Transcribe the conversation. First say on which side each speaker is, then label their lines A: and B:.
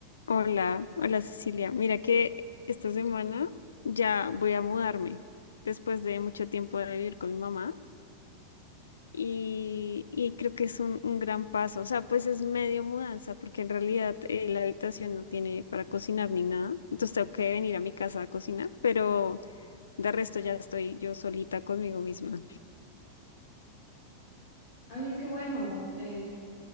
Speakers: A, on the left (about 70°); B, on the left (about 45°).
A: Hola, hola Cecilia. Mira que esta semana ya voy a mudarme después de mucho tiempo de vivir con mi mamá y, y creo que es un, un gran paso. O sea, pues es medio mudanza porque en realidad eh, la habitación no tiene para cocinar ni nada. Entonces tengo que venir a mi casa a cocinar, pero de resto ya estoy yo solita conmigo misma.
B: Ay, qué bueno. eh,